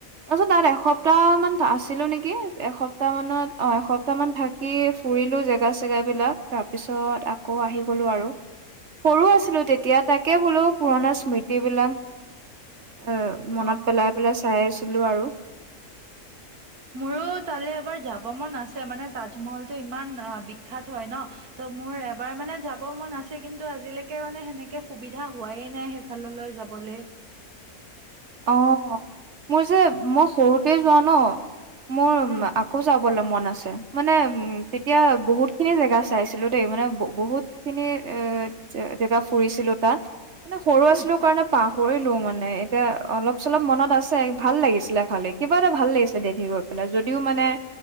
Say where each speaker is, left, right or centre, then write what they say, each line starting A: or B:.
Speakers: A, on the right; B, on the right.
A: তাৰপিছত তাত এসপ্তাহ মান আছিলো নেকি এসপ্তাহ মানত অ এসপ্তাহ মান থাক কি ফুৰিলো জেগা চেগা বিলাক তাৰ পিছত আকৌ আহি গলো আৰু সৰু আছিলো তেতিয়া তাকে বোলো পুৰণা স্মৃতি বিলাক এ মনত
B: অ
A: পেলাই পেলাই চাই আছিলো আৰু
B: মোৰো তালৈ এবাৰ যাব মন আছে মানে তাজমহলতটো ইমান অ', বিখ্যাত হয় ন ত'মোৰ এবাৰ মানে যাব মোৰ আছি লে কিন্তু আজিলেকে মানে সেনেকে সুবিধা হোৱাই নাই সেইফাললৈ যাবলে
A: অ'মোৰ যে মই সৰুতেই যোৱা ন মোৰ
B: উম
A: মা কৌ যাবলে মন আছে মানে উম তেতিয়া বহুত খিনি জেগা চাইছিলো দেই মানে ব বহুত খিনি এ যে জেগা ফুৰিছিলোঁ তাত সৰু
B: উম
A: আছিলোঁ কাৰণে পাহৰিলোঁ মানে এতিয়া অলপ চলপ মনত আছে ভাল লাগিছিলে খালি কিবা এটা ভাল লাগিছিলে দেধি গৈ পেলাই যদিও মানে